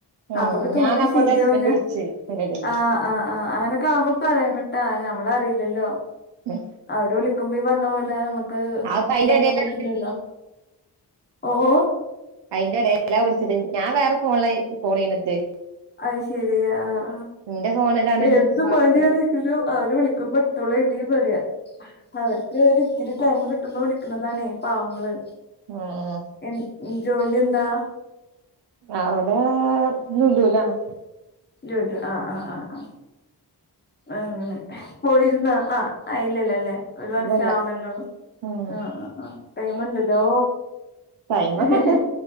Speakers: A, on the right; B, on the left.
A: ഉം
B: അപ്പൊക്കെ തോന്നിയ
A: ഞാനപ്പോത്തെ
B: ശരിയാവില്ല
A: ഹസ്ബൻഡ് വിളിച്ച് അയിന്റെ എടേല്
B: ആഹ് ആ് ആഹ് അങ്ങനൊക്കെ ആവുമ്പ പറയുന്നട്ടാ ഞമ്മളറിയില്ലല്ലോ
A: ഹെ
B: അവര് വിളിക്കുമ്പോ ഈ പറഞ്ഞ പോലെ നമ്മക്ക്
A: അത്പ്പ അയിന്റെ
B: ഇതാക്കാൻ
A: എടേലാ
B: പറ്റില്ലല്ലോ ഓഹ് ഓഹ്
A: അയിന്റെ ഇടയലാ വിളിച്ചത് ഞാൻ വേറെ ഫോണിലായി കോൾ ചെയ്യണത്
B: അഹ ശെരിയ ആഹ് ആഹ്
A: ഇന്റെ ഫോണിലാണ്
B: എന്ത്
A: വാട്സപ്പ്
B: പണി രിക്കലും അവര് വിളിക്കുമ്പോ അവള് എന്നെ പറയാ അവർക്ക് ഒരിത്തിരി ടൈം കിട്ടുന്ന വിളിക്കുന്നതാണേ പാവങ്ങള്
A: ഉം
B: എ ജോലി എന്താ
A: അവിടെ ലുലൂലാണ്
B: ലുലു ആഹ് ആഹ് ആഹ് ആ് അങ്ങനെ പോയിരുന്ന ആ ആയില്ലല്ലല്ലേ ഒരു
A: ഇവിടെല്ല
B: വർഷം ആവണ്ടല്ലോള്ളു
A: ഉം
B: ആഹ ആ് ആ ടൈമുണ്ടല്ലോ
A: ടൈമൊക്കെണ്ട്
B: ഹെ